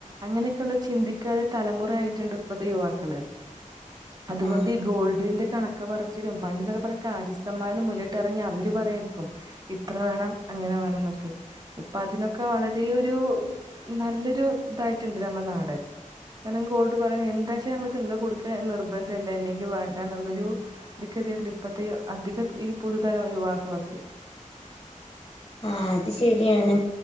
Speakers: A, on the right (about 30°); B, on the left (about 30°).
A: അങ്ങനെയൊക്കെള്ള ചിന്തിക്കാതെ തലമുറായിട്ട്ണ്ട് ഇപ്പത്തെ യുവാക്കള് അതുകൊണ്ട്
B: ആ
A: ഈ ഗോൾഡിന്റെ കണ ക്ക് പറച്ചിലും പണ്ട്ന്നെക്കെ പറ്യാ കാര്യസ്ഥന്മാരന്നെ മുന്നിട്ടറങ്ങി അവര് പറയാരിക്കും ഇത്രവാണം അങ്ങനെ വാണംന്നൊക്കെ ഇപ്പൊ അതിനൊക്കെ വളരേ ഒരു നല്ലൊരു തായിട്ടുണ്ട് നമ്മനാട്. കാരണം ഗോൾഡ് പറഞ്ഞ് എന്താച്ചാ നമ്മളെടുത്ത് കൊടുക്കാ നിർബന്ധല്ല ഇല്ലെങ്കിവാണ്ടാന്നുള്ളൊരു ഇതിക്കൊര് ണ്ട് ഇപ്പത്തെ ഇ അധികം ഈ പുതുതല യുവാക്കളൊക്കെ
B: ആഹ് അത് ശരിയാണ്